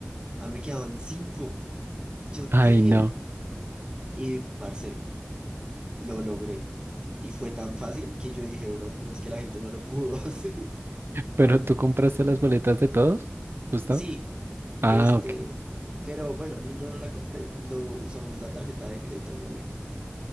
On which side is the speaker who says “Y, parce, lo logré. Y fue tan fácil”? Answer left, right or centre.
Right